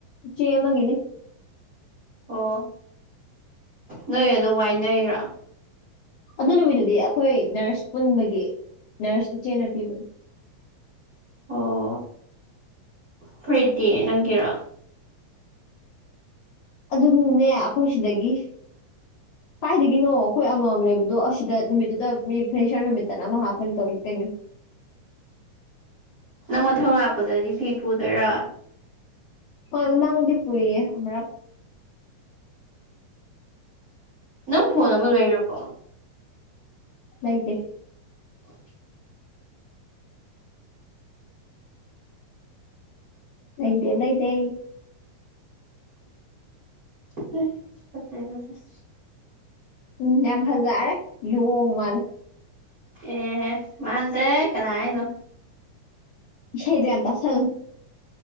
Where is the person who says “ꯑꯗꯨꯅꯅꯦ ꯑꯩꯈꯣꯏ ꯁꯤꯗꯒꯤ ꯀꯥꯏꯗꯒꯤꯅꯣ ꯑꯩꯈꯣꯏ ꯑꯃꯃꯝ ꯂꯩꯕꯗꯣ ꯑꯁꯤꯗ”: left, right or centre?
Left